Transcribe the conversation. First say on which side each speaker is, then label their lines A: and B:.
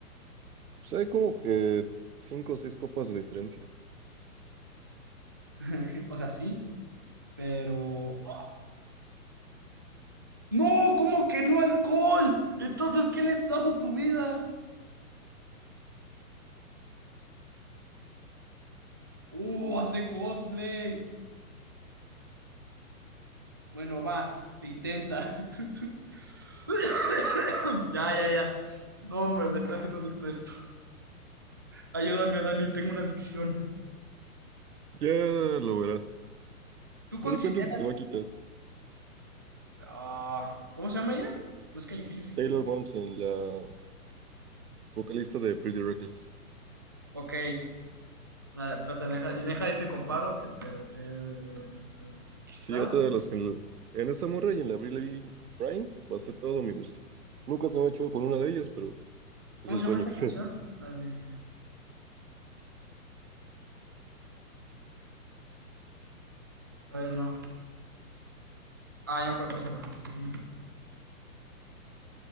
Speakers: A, on the right; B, on the right.
A: Pues hay como que cinco o seis copas de diferencia.
B: <laughs> O sea, sí, pero. No, ¿cómo que no alcohol? Entonces, ¿qué le das a tu vida? Uh, hace cosplay. Bueno, va, se intenta. <coughs> <laughs> Ya, ya, ya. No, hombre, me estoy haciendo adicto a esto. Ayúdame, Dani, tengo una adicción.
A: Ya lo verás.
B: ¿Tú consideras?
A: De repente se te va a quitar.
B: Ah, ¿cómo se llama ella? No es Kelly Kelly, sí.
A: Taylor Momsen, la vocalista de Pretty Reckless.
B: Ok. Nada, espérate, deja, deja, yo te comparo. Eh, pe- eh, aquí
A: Sí,
B: está.
A: otra de las... En, en esta morra y en la Briley Prime va a ser todo mi gusto. Nunca se me ha hecho con una de ellas, pero
B: ¿Cómo
A: es el
B: se llama
A: sueño.
B: esta
A: <laughs>
B: canción? La de... A ver, no. Ah, ya me acuerdo cómo se llama. Sí.